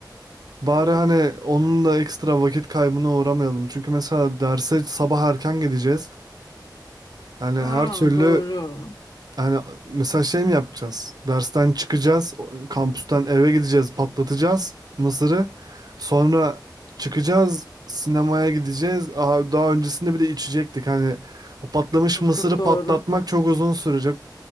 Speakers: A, on the right; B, on the left.
A: Bari
B: evet.
A: hani onun da ekstra vakit kaybına uğramayalım. Çünkü mesela derse sabah erken gideceğiz. Yani
B: Ha
A: her türlü
B: doğru.
A: Yani mesela şey mi yapacağız? Dersten çıkacağız, o- kampüsten eve gideceğiz, patlatacağız mısırı. Sonra çıkacağız, sinemaya gideceğiz. Aha, daha öncesinde bir de içecektik. Hani o patlamış
B: Yok
A: mısırı
B: yok doğru.
A: patlatmak çok uzun sürecek,